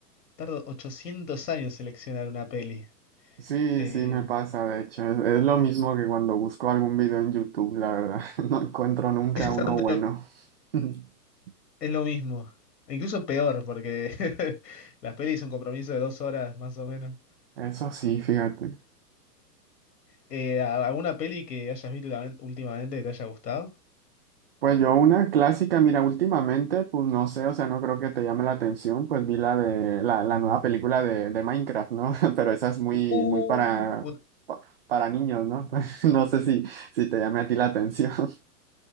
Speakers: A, on the left; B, on the right.
A: tardo 800 años en seleccionar una peli.
B: Sí,
A: Eh,
B: sí, me pasa, de hecho. Es, es lo mismo que cuando busco algún video en YouTube, la verdad. <laughs> No encuentro
A: <laughs>
B: nunca
A: es exactamente
B: uno bueno.
A: lo
B: <laughs>
A: es lo mismo, incluso peor, porque <laughs> las pelis son un compromiso de dos horas más o menos.
B: Eso sí, fíjate.
A: Eh, ¿a- ¿alguna peli que hayas visto ultimamen- últimamente que te haya gustado?
B: Pues yo una clásica, mira, últimamente, pues no sé, o sea, no creo que te llame la atención, pues vi la de la, la nueva película de, de Minecraft, ¿no? <laughs> Pero esa es muy,
A: Uh,
B: muy para,
A: Bueno,
B: pa- para niños, ¿no? <laughs> No sé si, si te llame a ti la atención. <laughs>